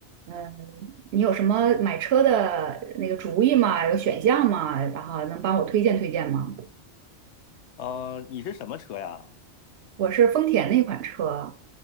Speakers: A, on the right; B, on the left.
A: 嗯，你有什么买车的那个主意吗？有选项吗？然后能帮我推荐推荐吗？
B: 呃，你是什么车呀？
A: 我是丰田那款车，